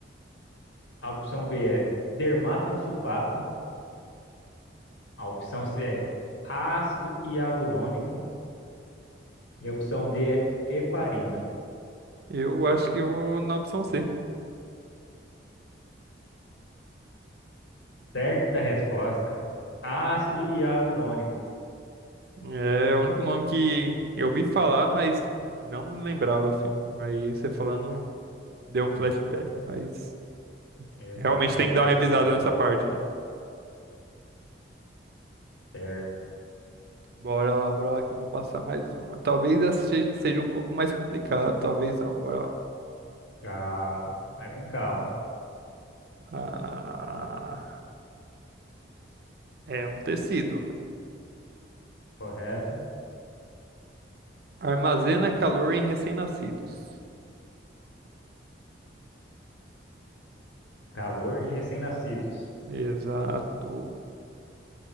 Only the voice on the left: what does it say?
a opção B é dermatansulfato, a opção C é ácido hialurônico e a opção D é heparina.
Certa resposta, ácido hialurônico.
Exatamente,
acertou.
Certo.
Calma. Vai com calma.
Correto.
Calor em recém-nascidos.